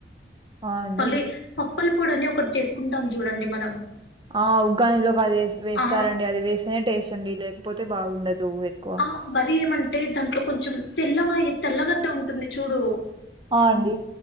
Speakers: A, on the right; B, on the left.
A: ఆ అండి
B: పల్లి పప్పలి పొడి అని ఒకటి చేసుకుంటాం చూడండి మనం
A: ఆ ఉగ్గానిలోకి అది వేస్తారంండి
B: ఆ
A: అది వేస్తేనే టేస్ట్ అండి లేకపోతే బాగుండదు ఎక్కువ
B: ఆ మరి ఏమంటే దాంట్లో కొంచెం తెల్లవాయి తెల్లగడ్డ ఉంటుంది చూడు
A: అ అండి